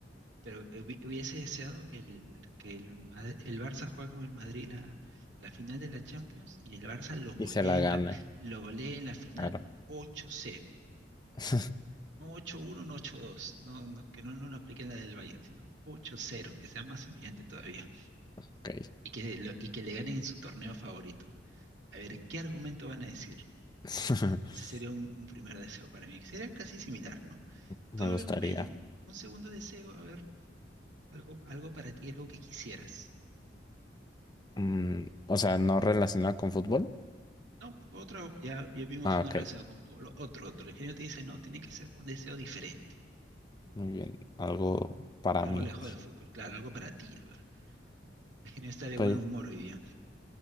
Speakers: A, on the right; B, on the left.
A: pero hubi- hubiese deseado que el, que el, Mad- el Barça juegue con el Madrid la, la final de la Champions y el Barça lo golee
B: Y se la gana,
A: en la, lo golee en la final
B: claro.
A: 8-0.
B: <laughs>
A: No 8-1, no 8-2. No, no, que no, no lo apliquen la del Bayern, sino 8-0, que sea más humillante todavía.
B: Ok.
A: Y que, lo- y que le ganen en su torneo favorito. A ver, ¿qué argumento van a decir?
B: <laughs>
A: Ese sería un, un primer deseo para mí. que Sería casi similar, ¿no?
B: Me
A: Tú,
B: gustaría.
A: a ver, dime ahí, un segundo deseo, a ver, algo, algo para ti, algo que quisieras.
B: Mm, o sea, no relacionado con fútbol.
A: No, otro, ya, ya vimos
B: Ah,
A: uno
B: ok.
A: relacionado con fútbol. Otro, otro. El genio te dice, no, tiene que ser un deseo diferente.
B: Muy bien. Algo para
A: Algo
B: mí.
A: lejos del fútbol. Claro, algo para ti, a ver. El genio está de
B: Pues
A: buen humor hoy día.